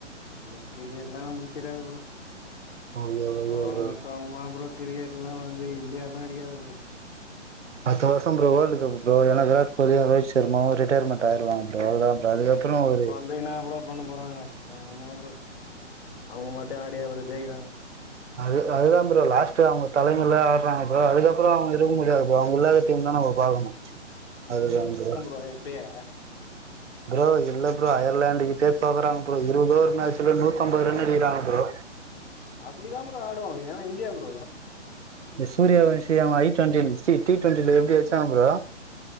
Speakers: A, on the left; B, on the right.
A: ப்ரோ கிரிக்கெட்லா நம்மளுக்கு தெரியாது ப்ரோ
B: ஐயோ ஐயோ
A: அவ
B: ப்ரோ
A: சொம்மா ப்ரோ கிரிக்கெட் எல்லா வந்து இந்தியால்லா அடிக்காது ப்ரோ
B: அத்த வருஷம் ப்ரோ வேர்ல்ட் கப் ப்ரோ ஏன்னா விராட் கோலியு ரோஹித் சர்மாவு ரிட்டையர்மெண்ட் ஆயிருவாங்க ப்ரோ அதா அ அதுக்கப்புறம் ஒரு
A: அத என்னா பரோ பண்ண போறாங்க அவுங்க என்ன அப்புறம் அவுங்க மட்டு ஆடிய அப்புறம் ஜெயிக்கிறாங்க
B: அது அதுதா ப்ரோ லாஸ்ட் அவுங்க தலைமைல அப்புறோ ப்ரோ அதுக்கப்புறம் அவுங்க இருக்க முடியாது ப்ரோ அவுங்க இல்லாத டீம் தா நம்ப பாக்கணு அதுதா ப்ரோ
A: போ இப்பயே
B: ப்ரோ இல்ல ப்ரோ அயர்லாந்து கிட்டே தோக்கறாங்க ப்ரோ இருபது ஓவர் மேட்சல நூத்தம்பது ரன் அடிக்கிறாங்க ப்ரோ
A: அப்புடிதா ப்ரோ ஆடுவாங்க ஏன்னா இந்தியா ப்ரோ
B: இந்த சூர்யவன்ஷி அவ ஐ டொன்ட்டி இல்ல டீ டொண்டில எப்டி அச்சா ப்ரோ